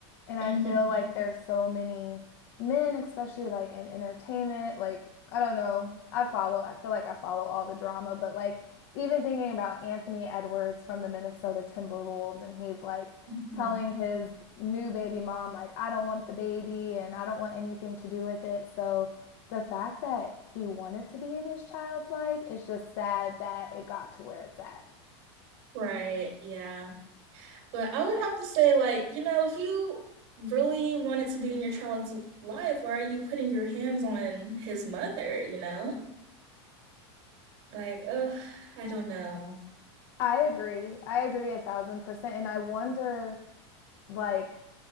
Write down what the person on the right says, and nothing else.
Mm-hmm.
Mm-hmm.
Right.
Mm-hmm.
hmm
Right. Yeah. But I would have to say, like, you know, if you really wanted to be in your child's life, why are you putting your hands on his mother, you know? Like, oh, I don't know.